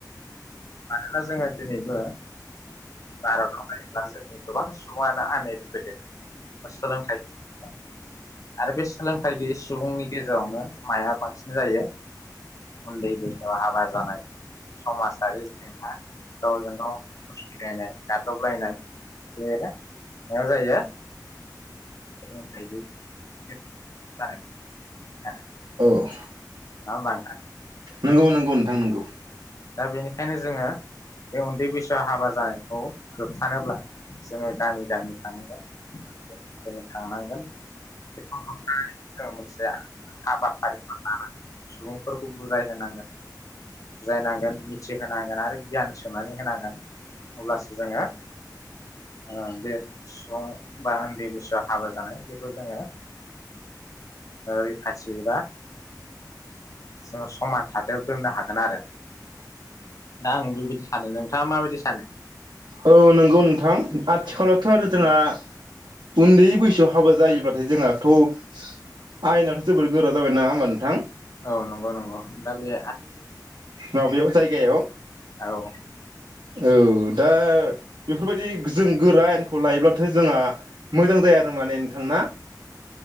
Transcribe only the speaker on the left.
मानोना जोङो दिनैबो भारताव नायोब्ला जोंनि गोबां सुबुङानो आनइडुकेटेड सोलोंथाइ गयै आरो बे सोलोंथाइ गैयै सुबुंनि गेजेरावनो माइआ बांसिन जायो उन्दै बैसोआव हाबा जानाय। समाजारि जेंना गावजों गाव <unintelligible> गादबलायनाय बेयो माइयाव जायो सोलोंथाइ जानाय आरो
मा बा
दा बेनिखायनो जोङो बे उन्दै बैसोआव हाबा जानायखौ होबथानोब्ला जोङो गामि गामि थांनांगोन जोङो थांनांगोन बेखौ होबथानानै जोङ मोनसे हाबाफारिफोर लाना सुबुंफोरखौ बुजायहांगोन बुजायनांगोन मिथिहोनांगोन आरो गियान सोंनानै होनांगोन अब्लासो जोङो ओ बे सुबुं बा उन्दै बैसोआव हाबा जानाय बेखौ जोङो रैखाथि बा जोङो समान थाथायाव दोननो हागोन आरो दा आं बेबायदि सानो नोंथाङा माबायदि सानो
औ नंगौ नंगौ दा बे
औ